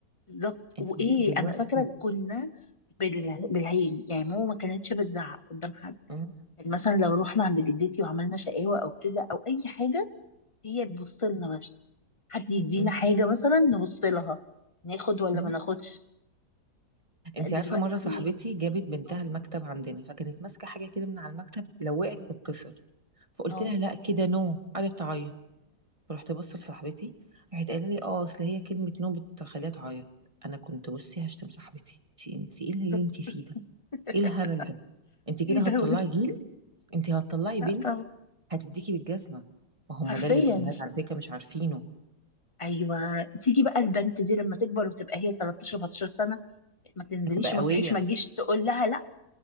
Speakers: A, on the left; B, on the right.
A: بالظبط
B: انت
A: وايه
B: د- دلوقتي
A: انا فاكره كنا بال- بالعين يعني ماما ما كانتش بتزعق قدام حد
B: مم.
A: يعني مثلا لو رحنا عند جدتي وعملنا شقاوه او كده او اي حاجه هي تبص لنا بس حد يدينا
B: مم.
A: حاجه مثلا نبص لها ناخد ولا
B: مم.
A: ما ناخدش
B: انت
A: لا دلوقتي
B: عارفه مره صاحبتي جابت بنتها
A: اه
B: المكتب عندنا فكانت ماسكه حاجه كده من على المكتب لو وقعت هتتكسر فقلت
A: آه،
B: لها لا كده نو قعدت تعيط رحت بص لصاحبتي راحت قايله لي اه اصل هي كلمه نو بتخليها تعيط انا كنت بصي هشتم صاحبتي انت انت ايه اللي
A: بالظبط
B: انت فيه ده
A: <laughs>
B: ايه الهبل ده انت كده
A: ايه
B: هتطلعي
A: دوت
B: جيل انتي هتطلعي بنت
A: لا طبعا
B: هتديكي بالجزمة ما هم
A: حرفيا
B: ده اللي الأمهات على فكرة مش عارفينه
A: ايوه تيجي بقى البنت دي لما تكبر وتبقى هي 13 14 سنه ما تنزليش
B: هتبقى
A: وما
B: قوية
A: تروحيش ما تجيش تقول لها لا